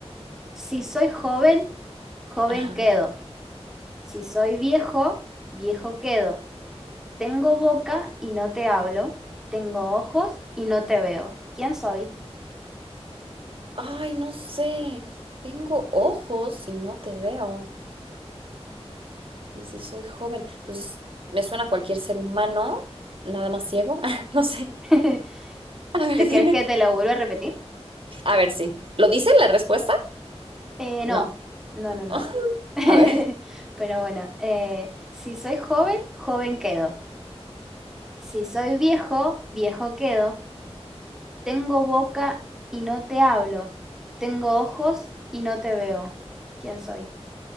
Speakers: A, in the centre; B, on the right.
A: Si soy joven, joven
B: Ajá.
A: quedo. Si soy viejo, viejo quedo. Tengo boca y no te hablo. Tengo ojos y no te veo. ¿Quién soy?
B: Ay, no sé. Tengo ojos y no te veo. Y si soy joven, pues me suena a cualquier ser humano, nada más ciego. <laughs> No sé.
A: <laughs>
B: A ver,
A: ¿Te
B: dime.
A: crees que te lo vuelvo a repetir?
B: A ver, sí. ¿Lo dice la respuesta?
A: Eh, no,
B: No.
A: no, no, no.
B: <laughs>
A: <laughs>
B: A ver.
A: Pero bueno, eh, si soy joven, joven quedo. Si soy viejo, viejo quedo. Tengo boca y no te hablo. Tengo ojos y no te veo. ¿Quién soy?